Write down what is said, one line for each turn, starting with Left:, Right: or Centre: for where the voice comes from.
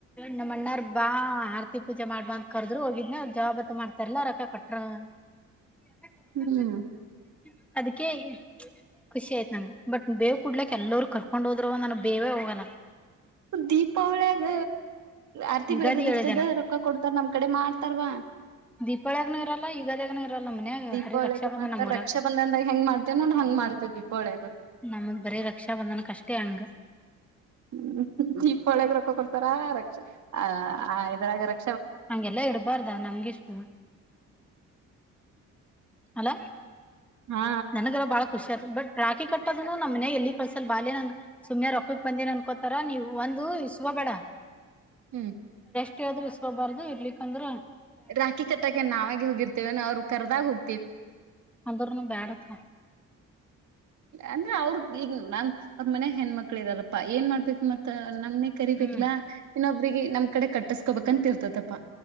Centre: ನಮ್ಮ ಅಣ್ಣಾರ್ ಬಾ ಆರತಿ ಪೂಜೆ ಮಾಡ್ಬ ಅಂತ ಕರ್ದ್ರರು ಹೋಗಿದ್ನ ಜವಾಬತ್ತು ಮಾಡ್ತಾರಲ್ಲ ರೊಕ್ಕ ಕೊಟ್ರು. ಈಲ್ಲ ಕಂಪಲ್ಸರಿ
Right: ಹ್ಮ್
Centre: ಅಲ್ಲ ಅದಕ್ಕೆ. ಖುಷಿ ಆಯ್ತ ನಂಗ ಬಟ್ ಬೇವ್ ಕುಡ್ಲಕ್ ಎಲ್ಲರು ಕರ್ಕೊಂಡ್ ಹೋದ್ರುವ ನನಗ್ ಬೇವೇ ಹೋಗಲ್ಲ.
Right: ದೀಪಾವಳಿಯಾಗ ಆರ್ತಿ
Centre: ಯುಗಾದಿ
Right: ಬೆಳಗದಿರ್ತದ
Centre: ಹೇಳಿದೆನ
Right: ರೊಕ್ಕ ಕೊಡ್ತಾರ ನಮ್ ಕಡೆ ಮಾಡ್ತ. ತರ್ವಾ.
Centre: ದೀಪಾವಳಿಯಗನುೂ ಇರಲ್ಲ ಯುಗಾದಿಯಗನುೂ ಇರಲ್ಲ ಮನ್ಯಾಗ
Right: ದೀಪಾವಳಿಗೂ
Centre: ಬರೀ ರಕ್ಷಾ ಬಂಧನ
Right: ಮಾಡ್ತಾರ
Centre: ನಮ್ಮೂರಾಗ
Right: ರಕ್ಷಾ ಬಂಧನದಾಗ ಹೆಂಗ್ ಮಾಡ್ತೇವ ನೋಡ್ ಹಂಗ್ ಮಾಡ್ತೇವ ದೀಪಾವಳಿಯಾಗ
Centre: ನಮ ಬರೀ ರಕ್ಷಾ ಬಂಧನ ಕಷ್ಟೇ ಹಂಗ.
Right: ಹ್ಮ್ ದೀಪಳೆಗ್ ರೊಕ್ಕ ಕೊಡ್ತಾರಾ ರಕ್ಷೆ ಆ ಆಯುತು. <unintelligible>
Centre: ಹಂಗೆಲ್ಲಾ ಇರ್ಬಾರ್ದ ನಮ್ಗೆಷ್ಟು. ಅಲ
Right: ಹಾ
Centre: ನನಗಾರ ಬಾಳ ಖುಷಿ ಆಯ್ತು ಬಟ್. ರಾಖಿ ಕಟ್ಟೋದನು ನಮ್ನೆ ಎಲ್ಲಿ ಕಳ್ಸಲ್ ಬಾಲ್ಯ ನಂಗ ಸುಮ್ನೆ ರೊಕ್ಕಕ್ ಬಂದೀನಿ ಅನ್ಕೋತಾರ ನೀವು ಒಂದು ಇಸುಕೋ ಬೇಡ.
Right: ಹ್ಮ್.
Centre: ಎಷ್ಟಾದರೂ ಇಸ್ಕೊಬಾರ್ದು ಇರ್ಲಿಕ್ ಅಂದ್ರೆ.
Right: ರಾಖಿ ಕಟ್ಟಾಕೆ ನಾವಾಗ ಹೋಗಿರ್ತೇವ ಅವ್ರು ಕರ್ದಾಗ ಹೋಗ.
Centre: ಅಂದ್ರನು ಬ್ಯಾಡತ್ರ.
Right: ಅಂದ್ರೆ ಅವ್ರ ಈಗ ನನ್. ಮನ್ಯಗೆ ಹೆಣ್ಮಕ್ಳ ಇದಾರಪ್ಪಾ ಏನ್ ಮಾಡ್ತಕ್ ಮತ್ತಾ. ನಮ್ನೆ ಕರಿಬೇಕ್ಲಾ
Centre: ಹ್ಮ್
Right: ಇನ್ನೊಬ್ಬ. ಅವ್ರಿಗೆ ನಮ್ ಕಡೆ ಕಸ್ಕೋಬೇಕಂತ ಇರ್ತಪ್ಪಾ.